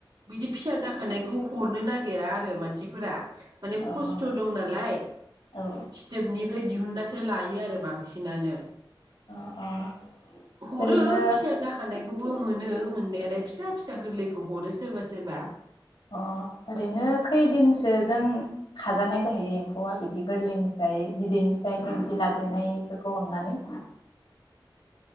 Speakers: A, on the right; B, on the left.
A: बिदि फिसा जाखानायखौ हरनो नागिरा आरो मानसिफोरा माने
B: आं
A: खस्थ' दं नालाय
B: अ औ
A: फिथोबनिफ्राय दिहुननासो लायो थायो आरो बांसिनानो
B: अ अ
A: हरो
B: ओरैनो
A: फिसा जाखानायखौ बो मोनो मोनायालाय फिसा फिसा गोरलैखौ हरो सोरबा सोरबा
B: अ ओरैनो खैदिनसो जों खाजानाय जाहैयो एम्फौआ बिदि गोरलैनिफ्राय बिदैनिफ्रायनो बिदि लाजेननायफोरखौ हमनानै